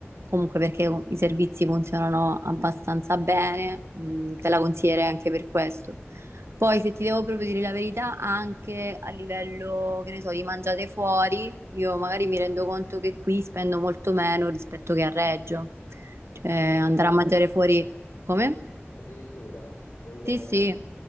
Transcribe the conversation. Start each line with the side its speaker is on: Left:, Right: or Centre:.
Right: comunque perché i servizi funzionano abbastanza bene, mh, te la consiglierei anche per questo. Poi se ti devo proprio dire la verità, anche a livello, che ne so, di mangiate fuori, io magari mi rendo conto che qui spendo molto meno rispetto che a Reggio. Cioè andare
Left: Addirittura?
Right: a mangiare fuori come?
Left: Addirittura? Non...
Right: Sì,
Left: eh,
Right: sì,